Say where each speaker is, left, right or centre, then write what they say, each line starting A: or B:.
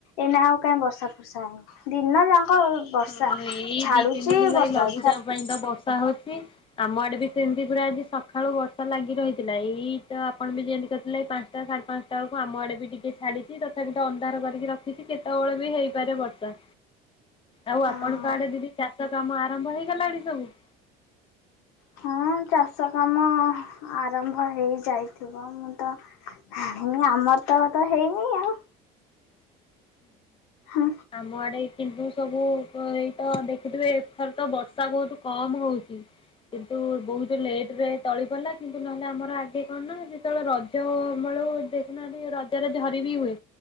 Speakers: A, on the left; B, on the left.
A: ଏଇନା ଆଉ କାହିଁ ବର୍ଷା ଫର୍ଷା ହେଇନି। ଦିନ ଯାକ ବର୍ଷା
B: ହଁ ଏଇ
A: ଝାଡୁଛି
B: ଦି ତିନି ଦିନ ହେଲା
A: ବର୍ଷା
B: ଏଇ ଲଘୁଚାପ
A: ଛା
B: ପାଇଁ ତ ବର୍ଷା ହୋଉଛି। ଆମ ଆଡେ ବି ସେମିତି ପୁରା ଆଜି ସକାଳୁ ବର୍ଷା ଲାଗି ରହିଥିଲା ଏଇ ତ ଆପଣ ବି ଯେମିତି କରିଥିଲେ ଏଇ ପାଞ୍ଚଟା ସାଢେ ପାଞ୍ଚଟା ସେତବେଳକୁ ଆମ ଆଡେ ବି ଟିକେ ଛାଡିଛି ତଥାପି ଅନ୍ଧାର କରିକି ରଖିଛି କେତେବେଳେ ବି ହେଇପାରେ ବର୍ଷା। ଆଉ
A: ହଁ।
B: ଆପଣଙ୍କ ଆଡେ ଦିଦି ଚାଷ କାମ ଆରମ୍ଭ ହେଇଗଲାଣି ସବୁ?
A: ହଁ ଚାଷ କାମ ଆରମ୍ଭ ହେଇଯାଇଥିବ ମୁଁ ତ ଆଉ ଆମର ତ ତ ହେଇନି ଆଉ।
B: <unintelligible>
A: ହୁଁ
B: ଆମ ଆଡେ କିନ୍ତୁ ସବୁ ଏଇତ ଦେଖୁଥିବେ ଏଥର ତ ବର୍ଷା ବହୁତ କମ ହୋଉଛି। କିନ୍ତୁ ବହୁତ ଲେଟ ରେ ତଳି ପଡ଼ିଲା କିନ୍ତୁ ନହେଲେ ଆମର ଆଗେ କଣ ନା ଯେତେବେଳେ ର ଯୋଉ ଅମଳୁ ଦେଖିନାହାନ୍ତି ରଜରେ ଝରି ବି ହୁଏ।